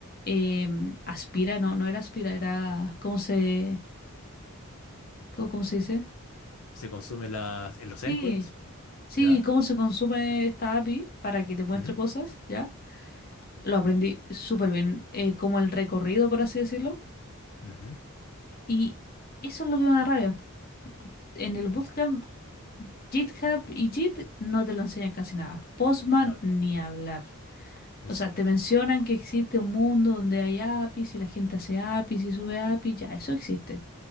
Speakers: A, on the left (about 40°); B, on the left (about 80°).
A: em, aspira, no, no era aspira, era cómo se ¿Cómo, cómo se dice?
B: Se consume las, en los
A: Sí,
B: endpoints,
A: sí,
B: ¿ya?
A: cómo se consume esta API para que te muestre
B: Ujú,
A: cosas, ¿ya? Lo aprendí súper bien, eh, como el recorrido, por así decirlo.
B: ujú,
A: Y eso es lo que me da rabia. En el Bootcamp, GitHub y Git no te lo enseñan casi nada. Postman
B: Ok,
A: ni hablar.
B: exacto.
A: O sea, te mencionan que existe un mundo donde hay APIs y la gente hace APIs y sube APIs, ya, eso existe,